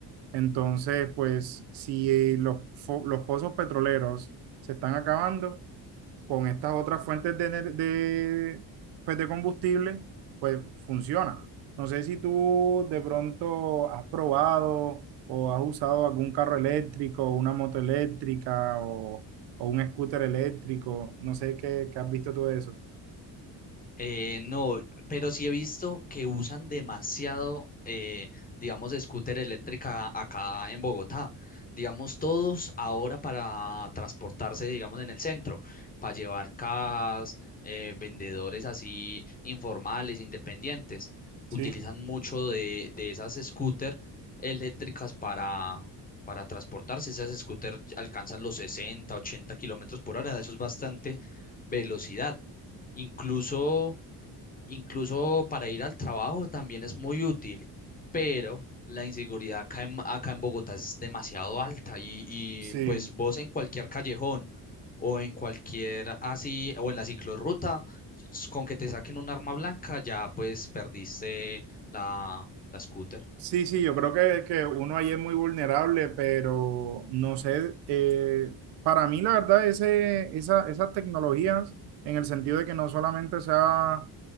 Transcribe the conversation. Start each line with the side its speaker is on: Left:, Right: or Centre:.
Right: Entonces, pues si los, fo- los pozos petroleros se están acabando con estas otras fuentes de, ener- de, pues, de combustible, pues funciona. No sé si tú de pronto has probado o has usado algún carro eléctrico, una moto eléctrica o, o un scooter eléctrico. No sé qué, qué has visto tú de eso.
Left: Eh, no, pero sí he visto que usan demasiado, eh, digamos, scooter eléctrica acá en Bogotá. Digamos, todos ahora para transportarse, digamos, en el centro, para llevar cajas, eh, vendedores así informales, independientes,
Right: Sí,
Left: utilizan mucho de, de esas scooter eléctricas para, para transportarse. Esas scooter alcanzan los 60, 80 kilómetros por hora, eso es bastante velocidad. Incluso Incluso para ir al trabajo también es muy útil, pero la inseguridad acá en, acá en Bogotá es demasiado alta y, y,
Right: sí.
Left: pues vos en cualquier callejón o en cualquier así o en la ciclorruta, s- con que te saquen un arma blanca ya pues perdiste la, la scooter.
Right: Sí, sí, yo creo que, que uno ahí es muy vulnerable, pero no sé, eh, para mí la verdad ese, esa- esas tecnologías, en el sentido de que no solamente sea